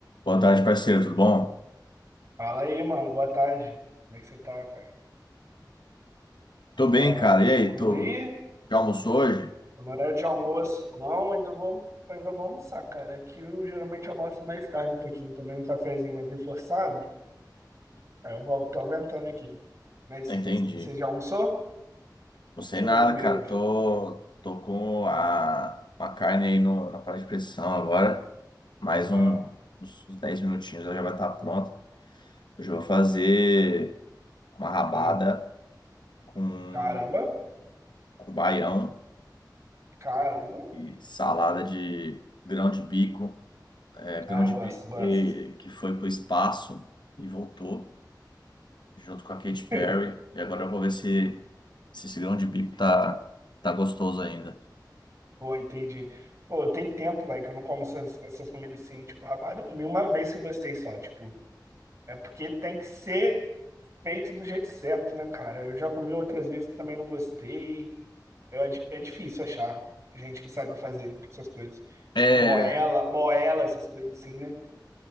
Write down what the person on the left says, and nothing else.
Boa tarde, parceiro, tudo bom?
Tô bem,
cara.
E
aí, tu
já almoçou hoje?
Ah,
Entendi.
Não sei
nada,
cara.
Tô, tô com a, uma carne aí no, na panela de pressão agora. Mais
um, uns, uns 10 minutinhos, ela já vai estar pronta. Hoje eu vou fazer uma rabada
com,
com baião
e salada de grão de bico. É, grão
de
bico
que, que foi pro espaço e voltou. junto com a Katy
Perry. E agora eu vou ver se, se esse grão de bico tá, tá gostoso ainda.
É,